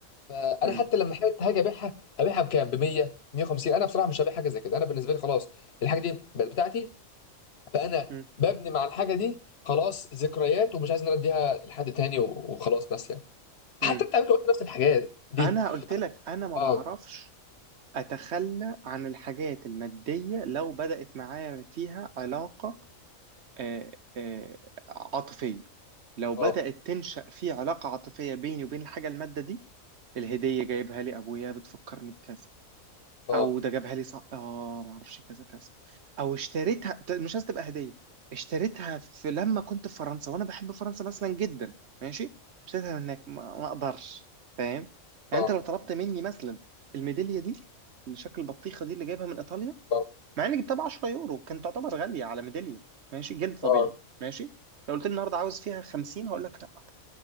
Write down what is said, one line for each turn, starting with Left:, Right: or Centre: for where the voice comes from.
Left: فانا
Right: مم.
Left: حتى لما حاجه هاجي ابيعها هبيعها بكام ب 100 150 انا بصراحه مش هبيع حاجه زي كده انا بالنسبه لي خلاص الحاجه دي بقت بتاعتي فانا
Right: مم.
Left: ببني مع الحاجه دي خلاص ذكريات ومش عايز ان انا اديها لحد تاني و- وخلاص بس يعني
Right: مم.
Left: حتى انت على فكره قلت نفس الحاجات دي
Right: انا قلت لك انا ما
Left: اه
Right: بعرفش اتخلى عن الحاجات الماديه لو بدات معايا فيها علاقه آه، آه، عاطفيه لو
Left: اه
Right: بدات تنشا في علاقه عاطفيه بيني وبين الحاجه الماده دي الهديه جايبها لي ابويا بتفكرني بكذا
Left: اه
Right: او ده جابها لي صح اه ما اعرفش كذا كذا او اشتريتها ده مش عايز تبقى هديه اشتريتها في لما كنت في فرنسا وانا بحب فرنسا مثلا جدا ماشي اشتريتها من هناك ما, ما اقدرش فاهم يعني
Left: اه
Right: انت لو طلبت مني مثلا الميداليه دي اللي شكل البطيخه دي اللي جايبها من ايطاليا
Left: اه
Right: مع اني جبتها ب 10 يورو كانت تعتبر غاليه على ميداليه ماشي جلد طبيعي
Left: اه
Right: ماشي لو قلت لي النهارده عاوز فيها 50 هقول لك لا